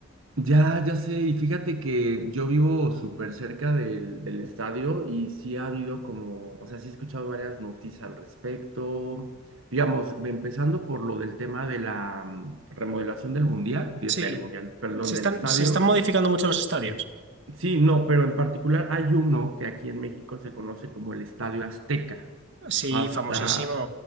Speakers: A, on the right; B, on the right.
A: Ya, ya sé, y fíjate que yo vivo súper cerca del, del estadio y sí ha habido como, o sea, sí he escuchado varias noticias al respecto, digamos, empezando por lo del tema de la mm, remodelación del mundial, de- del
B: Sí,
A: mundial, perdón,
B: se
A: del
B: están,
A: estadio.
B: se están modificando mucho los estadios.
A: Sí, no, pero en particular hay uno que aquí en México se conoce como el Estadio Azteca.
B: Sí,
A: Hasta
B: famosísimo.